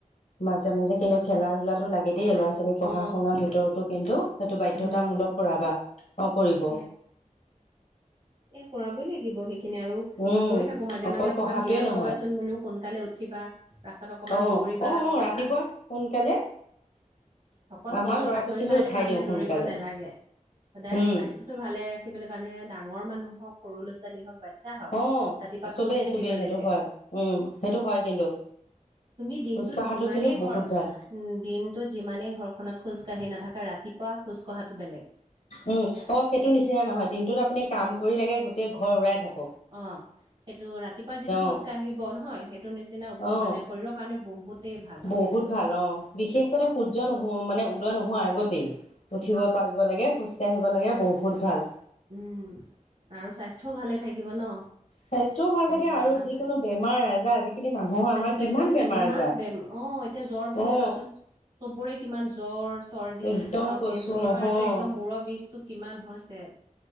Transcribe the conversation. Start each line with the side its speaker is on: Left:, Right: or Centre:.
Left: মাজে মাজে কিন্তু খেলা ধূলাটো লাগে দেই ল'ৰা ছোৱালী। লৰা পোৱালি পঢ়া
Right: অ
Left: শুনাৰ ভিতৰতো কিন্তু। ধতামূলক
Right: উম
Left: কৰাবা অকৰি।
Right: এ এ কৰাবই লাগিব সেইখিনি আৰু
Left: উম
Right: কৈ থাকো মাজে
Left: অকল
Right: মাজে অকমান
Left: পঢ়াটোৱে
Right: ব্যায়াম
Left: নহয়
Right: কৰিবাচোন বোলো সোনকালে উঠিবা। ৰাস্তাত অকমান
Left: অ
Right: দৌৰিবা
Left: অ
Right: অকল
Left: অ ৰাতিপুৱা
Right: চা
Left: সোনকালে
Right: অকল
Left: আমাৰ
Right: কও
Left: ল'ৰাটো
Right: চাকৰি
Left: কিন্তু
Right: কাৰণে
Left: উঠাই
Right: মানুহে
Left: দিওঁ সোনকালে
Right: দৌৰিব নালাগে, সদায়
Left: উম
Right: স্বাস্থ্যটো ভালে ৰাখি থাকিবলৈ কাৰণে ডাঙৰ মানুহ হওক সৰু ল'ৰা-ছোৱালী হওক বাচ্ছা হওক
Left: অ
Right: ৰাতিপুৱা
Left: চবেই
Right: খোজ কাঢ়িব
Left: চবেই, সেইটো
Right: লাগে
Left: হয় উম সেইটো হয় কিন্তু।
Right: তুমি দিনটোত,
Left: খোজ কঢ়াটো
Right: যিমানে
Left: কিন্তু বহুত
Right: ঘৰ উ
Left: ভাল
Right: দিনটোত যিমানে ঘৰখনত খোজ কঢ়ী নথাকা ৰাতিপুৱা খোজ কঢ়াটো বেলেগ।
Left: উম অ সেইটো নিচিনা নহয় দিনটোত আপুনি কাম কৰি লাগে গোটেই ঘৰ ওৰাই থাকা
Right: অ। সেইটো ৰাতিপুৱা যিটো খোজ
Left: অ
Right: কাঢ়িব নহয় সেইটো নিচিনা
Left: অ
Right: মানে শৰীৰৰ কাৰণে বহুতেই ভাল
Left: বহুত
Right: আৰু।
Left: ভাল অ বিশেষক সূৰ্য নহো মানে উদয় নোহোৱা আগতেই, উঠিব পাৰিব লাগে খোজকাঢ়িব লাগে বহুত ভাল।
Right: উম, আৰু স্বাস্থ্যও ভালে থাকিব ন।
Left: স্বাস্থ্যও ভাল
Right: আহি
Left: থাকে
Right: পেলাই
Left: আৰু
Right: আকৌ
Left: যিকোনো
Right: খাই।
Left: বেমাৰ আজাৰ আজিকালি মানুহৰ আমাৰ
Right: আজিকালি
Left: কিমান
Right: দেখিছা
Left: বেমাৰ আজাৰ।
Right: বেম অ এতিয়া জ্বৰ বুলিয়ে
Left: অ
Right: চোৱাচোন চববোৰে কিমান জ্বৰ। চৰ্দি
Left: একদম
Right: মা
Left: কৈছো
Right: এইবোৰ এইবাৰ
Left: নহয়
Right: যে একদম মূৰৰ বিষটো কিমান হৈছে।